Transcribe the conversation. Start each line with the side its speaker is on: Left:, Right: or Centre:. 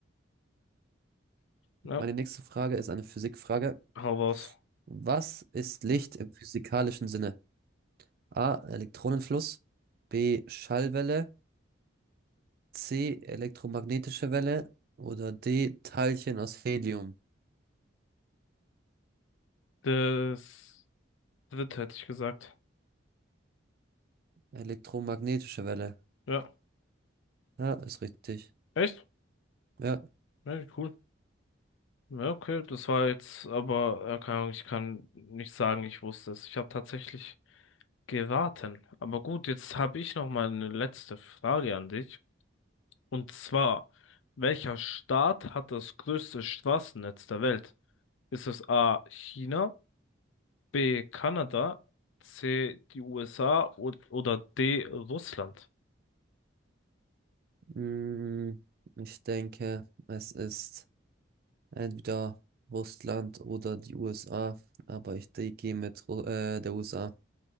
Left: Ja,
Right: meine nächste Frage ist eine Physikfrage.
Left: hau raus.
Right: Was ist Licht im physikalischen Sinne? A. Elektronenfluss. B. Schallwelle. C. Elektromagnetische Welle. Oder D. Teilchen aus Helium.
Left: Das dritte hätte ich gesagt.
Right: Elektromagnetische Welle.
Left: Ja.
Right: Ja, ist richtig.
Left: Echt?
Right: Ja,
Left: Ja, wie cool. Ja, okay, das war jetzt, aber ja, keine Ahnung, ich kann nicht sagen, ich wusste es. Ich habe tatsächlich geraten. Aber gut, jetzt habe ich noch mal eine letzte Frage an dich. Und zwar, welcher Staat hat das größte Straßennetz der Welt? Ist es A. China, B. Kanada, C. die USA und, oder D. Russland?
Right: mm, ich denke, es ist entweder Russland oder die USA. Aber ich de- gehe mit Ru äh, der USA.